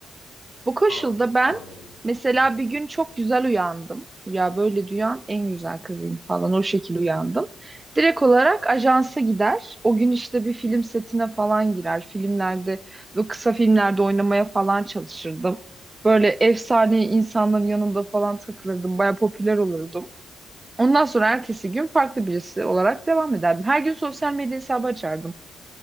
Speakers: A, on the right; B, on the left.
A: <laughs> bu koşulda
B: ma
A: ben
B: madem öyle.
A: mesela
B: Ha,
A: bir gün çok güzel uyandım. Ya böyle duyan en güzel kızıyım falan o şekil uyandım. Direkt olarak ajansa gider. O gün işte bir film setine falan girer. Filmlerde ve kısa filmlerde oynamaya falan çalışırdım. Böyle
B: bak.
A: efsane insanların yanında falan takılırdım. Baya popüler olurdum. Ondan sonra ertesi gün farklı birisi olarak devam ederdim. Her gün sosyal medya hesabı açardım.